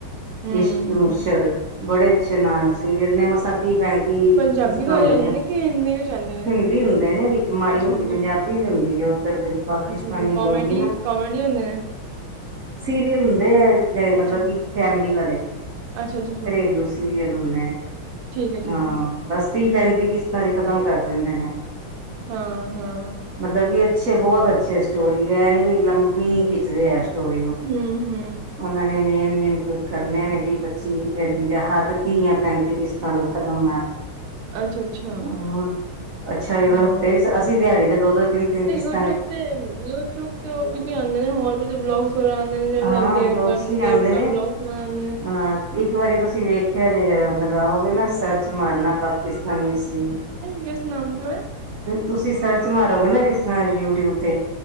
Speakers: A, on the right; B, on the right.
A: ਹੂੰ-ਹੂੰ
B: ਇਸ ਮੁਰਸਦ, ਬੜੇ ਅੱਛੇ ਨਾ ਸੀਰੀਅਲ ਨੇ ਮਸਾ ਤੀਹ ਪੈਤੀ, ਕਿਸ਼ਤਾਂ
A: ਪੰਜਾਬੀ ਵਾਲੇ
B: ਹੁੰਦੀਆਂ
A: ਆਂਦੇ ਨੇ ਕਿ ਹਿੰਦੀ ਵਿੱਚ ਆਂਦੇ ਨੇ
B: ਹਿੰਦੀ ਹੁੰਦੇ ਨੇ ਵਿੱਚ ਮਾੜੀ
A: ਅੱਛਾ-ਅੱਛਾ,
B: ਮੋਟੀ ਪੰਜਾਬੀ ਵੀ ਹੁੰਦੀ। ਹੈ ਉੱਧਰ ਪਾਕਿਸਤਾਨੀ
A: ਅੱਛਾ-ਅੱਛਾ
B: ਬੋਲੀ
A: ਕਾਮੇਡੀ-ਕਾਮੇਡੀ
B: ਨਾ,
A: ਹੁੰਦੇ ਨੇ।
B: ਸੀਰੀਅਲ ਹੁੰਦੇ ਆ ਮਤਲਬ
A: ਅੱਛਾ,
B: ਕਿ ਫੈਮਲੀ ਵਾਲੇ,
A: ਅੱਛਾ-ਅੱਛਾ
B: ਘਰੇਲੂ ਸੀਰੀਅਲ ਹਨੇ
A: ਠੀਕ ਐ ਠੀਕ
B: ਹਾਂ
A: ਐ
B: ਬਸ, ਤੀਹ ਪੈਂਤੀ ਕਿਸ਼ਤਾਂ ਚ ਖਤਮ ਕਰ ਦਿੰਦੇ ਨੇ,
A: ਹਾਂ-ਹਾਂ,
B: ਮਤਲਬ ਕਿ ਅੱਛੇ ਬਹੁਤ ਅੱਛੇ ਸਟੋਰੀ ਹੈ ਇਹ ਨੀ ਵੀ ਲੰਬੀ ਨੀ ਖਿੱਚਦੇ ਹੈ, ਸਟੋਰੀ ਨੂੰ
A: ਹੂੰ-ਹੂੰ
B: ਉਹਨਾਂ ਨੇ ਮੇਨ, ਨ ਕਰਨੇ ਨੇ ਵੀ ਪੱਚੀ ਜਾਂ ਹੱਦ ਤੀਹ ਜਾਂ ਪੈਂਤੀ ਕਿਸ਼ਤਾਂ ਤੋਂ ਖਤਮ ਨਾ,
A: ਅੱਛਾ-ਅੱਛਾ
B: ਹੂੰ ਅੱਛਾ
A: ਹਾਂ
B: ਹਫ਼ਤੇ ਅਸੀਂ ਦਿਹਾੜੀ ਦੇ ਦੋ ਦੋ ਤਿੰਨ-ਤਿੰਨ ਕਿਸ਼ਤ
A: ਯੂਟੀਊਬ ਤੇ ਯੂਟੀਊਬ ਤੇਦ ਹੋਰ ਵੀ ਬਲੋਗਸ ਸੁਰਾਂਦੇ ਨੇ ਜ
B: ਹਾਂ
A: ਦੇਵ
B: ਵਲੋਗਸ ਵੀ
A: ਦੇਵਕ
B: ਆਉਂਦੇ ਨੇ
A: ਲੋਕ ਸੁਰਾਂਦੇ,
B: ਅਹ ਇੱਕ ਵਾਰੀ ਤੁਸੀਂ ਵੇਖਿਆ ਜੇ ਲਗਾਓਗੇ ਨਾ
A: ਨੇ।
B: ਸਰਚ ਮਾਰਨਾ ਪਾਕਿਸਤਾਨੀ ਸਰੀ,
A: ਕਿਸ ਨਾਮ ਤੋਂ ਹੈ?
B: ਤੁਸੀਂ ਸਰਚ ਮਾਰੋਗੇ ਨਾ ਜਿਸ ਤਰ੍ਹਾਂ ਯੂਟਿਊਬ ਤੇ,